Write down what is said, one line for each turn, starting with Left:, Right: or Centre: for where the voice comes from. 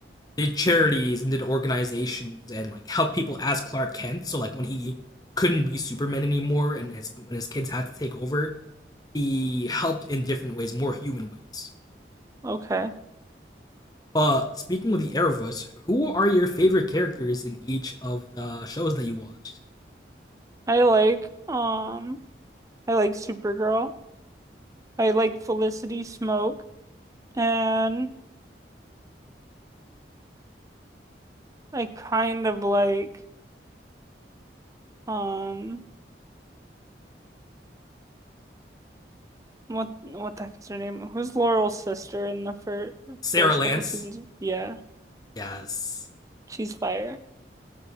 Left: did charities and did organizations and like helped people as Clark Kent. So like when he couldn't be Superman anymore and his when his kids had to take over, he helped in different ways, more human ways.
Right: Okay.
Left: But speaking of the Arrowverse, who are your favorite characters in each of the shows that you watched?
Right: I like um I like Supergirl. I like Felicity Smoke and I kind of like um what what the heck is her name? Who's Laurel's sister in the fir
Left: Sarah
Right: first
Left: Lance,
Right: couple seasons? Yeah,
Left: yes.
Right: she's fire.